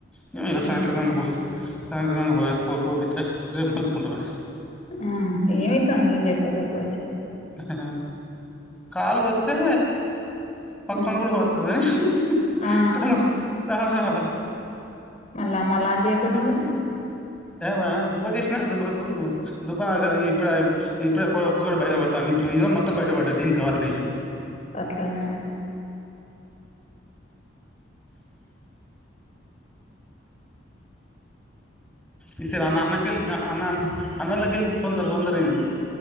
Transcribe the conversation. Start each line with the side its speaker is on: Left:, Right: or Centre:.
Centre: నువ్వే
Left: ఓసినియమ్మ
Centre: ఇగ సాయంత్రం దంక పో <unintelligible>
Left: ఆ ఏమైతాంది నీళ్లు లేకపోతే <unintelligible>
Centre: ఆ కాల్ వాత్తే పక్కోన్ని
Left: మ్మ్
Centre: కూడా కొడతాది హుహుహు
Left: ఆ
Centre: హలో రావాలి
Left: మళ్ళా మళ్ళా ఆన్ చేయకబోయినవ్ మరి
Centre: ఏమ దుబ్బకేసినా దుబ్బకు దుబ్బ ఇప్పుడు ఇప్పుడే ఒకొక్కటి బయట పడతాంది ఇప్పుడు ఇదో మొత్తం బయటపడ్డది దీనికి కావాల నీళ్లు.
Left: అట్లనా
Centre: ఈ సరి అన్న అన్నకెల్లి అన్న అన్న అన్నోళ్ల కెళ్లి తొందర తొందర <unintelligible>